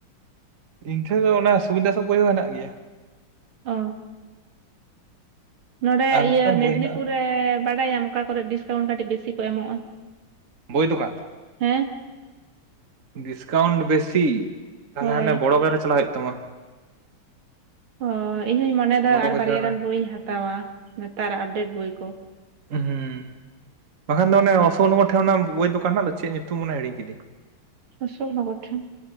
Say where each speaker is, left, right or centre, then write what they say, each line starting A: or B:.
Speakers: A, on the right; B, on the right.
A: ᱤᱧ ᱴᱷᱮᱱ ᱫᱚ ᱚᱱᱟ ᱥᱩᱵᱤᱨ ᱫᱟᱥ ᱟᱜ ᱵᱚᱭ ᱦᱚᱸ ᱦᱮᱱᱟᱜ ᱜᱮᱭᱟ
B: ᱚᱻ ᱱᱚᱰᱮ
A: ᱟᱨ
B: ᱤᱭᱟᱹ
A: ᱢᱤᱫᱴᱟᱝ
B: ᱢᱮᱫᱽᱱᱤᱯᱩᱨ
A: ᱵᱳᱭ ᱦᱮᱱᱟᱜᱼᱟ
B: ᱨᱮ ᱵᱟᱰᱟᱭᱟᱢ ᱚᱠᱟ ᱠᱚᱨᱮ ᱰᱤᱥᱠᱟᱣᱩᱱᱴ ᱠᱟᱹᱴᱤᱡ ᱵᱮᱥᱤ ᱠᱚ ᱮᱢᱚᱜᱼᱟ?
A: ᱵᱳᱭ ᱫᱚᱠᱟᱱ?
B: ᱦᱮᱸ
A: ᱰᱤᱥᱠᱟᱣᱩᱱᱴ ᱵᱮᱥᱤ ᱛᱟᱦᱞᱮ
B: ᱦᱳᱭ
A: ᱦᱟᱸᱰᱮ ᱵᱚᱲᱚ <unintelligible> ᱪᱟᱞᱟᱜ ᱦᱩᱭᱩᱜ ᱛᱟᱢᱟ
B: ᱚ ᱤᱧᱦᱚᱧ ᱢᱚᱱᱮᱭᱮᱫᱟ
A: ᱵᱚᱲᱚ
B: ᱟᱨ
A: ᱵᱟᱡᱟᱨ
B: ᱵᱟᱨᱭᱟ ᱜᱟᱱ
A: ᱨᱮ
B: ᱵᱳᱭᱤᱧ ᱦᱟᱛᱟᱣᱟ ᱱᱮᱛᱟᱨᱟᱜ ᱟᱯᱰᱮᱴ ᱵᱳᱭ ᱠᱚ
A: ᱦᱩᱸ ᱵᱟᱠᱷᱟᱱ ᱫᱚ ᱚᱱᱮ ᱚᱥᱳᱠ ᱱᱚᱜᱚᱨ ᱴᱷᱮᱱ ᱚᱱᱟ ᱵᱳᱭ ᱫᱚᱠᱟᱱ ᱦᱮᱱᱟᱜ ᱫᱚ ᱪᱮᱫ ᱧᱩᱛᱩᱢ ᱚᱱᱟ ᱦᱤᱲᱤᱧ ᱠᱤᱫᱟᱹᱧ
B: ᱚᱥᱳᱠ ᱱᱚᱜᱚᱨ ᱴᱷᱮᱱ?